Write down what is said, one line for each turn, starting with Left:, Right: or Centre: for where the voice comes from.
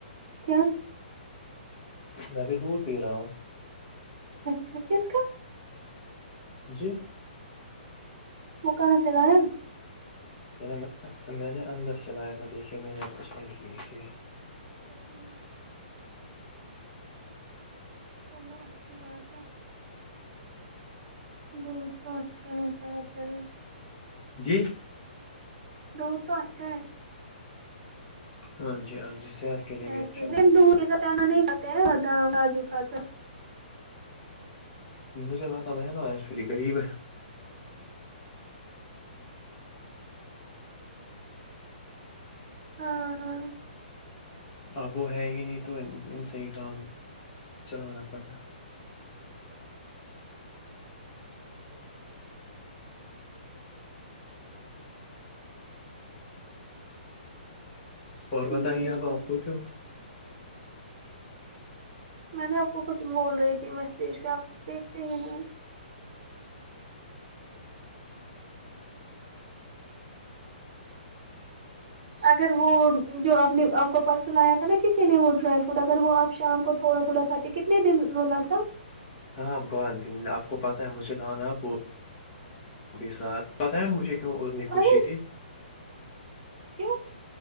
Right: کیا
Left: میں ابھی دودھ پی رہا ہوں
Right: اچھا کس کا
Left: جی
Right: وہ کہاں سے لا یا
Left: نا میں نے اندر سے لایا تھا دیکھیے میں نے آپ کو سم کیا کیا
Right: اچھا ٹھیک چلو اچھی بات ہے دودھ تو اچھا ہیں صحت کے لئے
Left: جی
Right: دوپ اچھا ہے
Left: ہاں جی ہاں جی صحت کے لیے
Right: <unintelligible>
Left: بھی اچھا ہے
Right: نہیں بدام کاجو کھاتے
Left: مجھے متہ میں نا ایکچولی غریب ہے
Right: ہاں ہاں
Left: اب وہ ہے ہی نہیں تو ان سے ہی کام چلانا پڑتا اور بتائیے
Right: جی
Left: اب
Right: جی
Left: آپ کو کیوں
Right: میں نے آپ کو کچھ بول رہی تھی میسیج پہ آپ دیکھتے ہی نہیں اگر وہ جو آپ نے آپ کو پرسوں لایا تھا نا کسی نے وہ ڈرائی فروٹ اگر وہ آپ شام کو تھوڑا تھوڑا کتنے دن لون لگتا
Left: ہاں بت دملہ آپ کو پتاہ ہے مجھے کہاں نا آپ وہ اب ساتھ پتا ہے مجھے کیوں اور نہیں خوشی
Right: ارے
Left: تھی
Right: کیوں